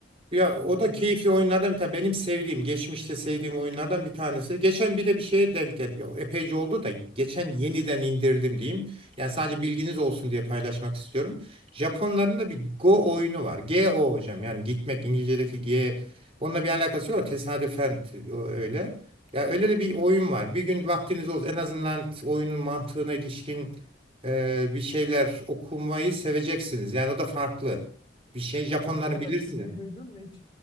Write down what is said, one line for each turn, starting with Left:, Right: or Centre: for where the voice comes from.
Right: Ya
Left: yaptığımız.
Right: o da keyifli oyunlardan bir tane. Benim sevdiğim, geçmişte sevdiğim oyunlardan bir tanesi. Geçen bir de bir şeye denk geldi. O Epeyce oldu da geçen yeniden indirdim diyeyim. Yani sadece bilginiz olsun diye paylaşmak istiyorum. Japonların da bir Go oyunu var. G-O hocam yani gitmek İngilizce'deki G. Onunla bir alakası yok. Tesadüfen t- o öyle. Ya öyle de bir oyun var. Bir gün vaktiniz olsun en azından t- oyunun mantığına ilişkin e, bir şeyler okumayı seveceksiniz. Yani o da farklı bir şey. Japonların
Left: Onun
Right: bilirsiniz.
Left: ismini duydun mu? Hiç,